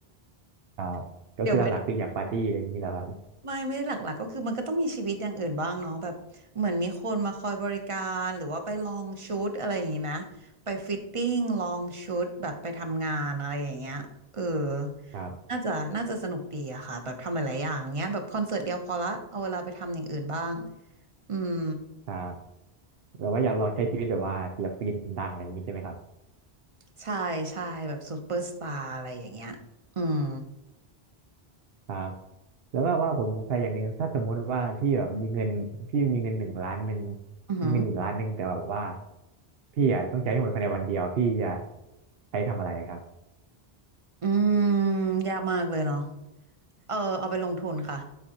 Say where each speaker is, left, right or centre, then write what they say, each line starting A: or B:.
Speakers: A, on the right (about 70°); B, on the right (about 35°).
A: ครับก็คือหลักๆคืออยากปาร์ตี้อะไรอย่างงี้แหล้วครับ
B: <laughs> เดี๋ยวไม่ ไม่ไม่ได้หลักๆก็คือมันก็ต้องมีชีวิตอย่างอื่นบ้างเนาะแบบเหมือนมีคนมาคอยบริการหรือว่าไปลองชุดอะไรอย่างงี้ไหมไปฟิตติ้งลองชุดแบบไปทำงานอะไรอย่างเงี้ยเออ
A: ครับ
B: น่าจะน่าจะสนุกดีอะค่ะแบบทำหลายๆอย่างเงี้ยแบบคอนเสิร์ตเดียวพอละเอาเวลาไปทำอย่างอื่นบ้างอืม
A: ครับแบบว่าอยากลองใช้ชีวิตแบบว่าศิลปินดังอะไรอย่างงี้ใช่ไหมครับ
B: ใช่ใช่แบบซูเปอร์สตาร์อะไรอย่างเงี้ยอืม
A: ครับแล้วก็ว่าผมสงสัยอย่างหนึ่งถ้าสมมติว่าพี่แบบมีเงินพี่มีเงินหนึ่งล้านหนึ่ง
B: อือหือ
A: มีเงินอยู่ล้านหนึ่งแต่แบบว่าพี่อ่ะต้องใช้ให้หมดภายในวันเดียวพี่จะใช้ทำอะไรครับ
B: อืมยากมากเลยเนาะ เออเอาไปลงทุนค่ะ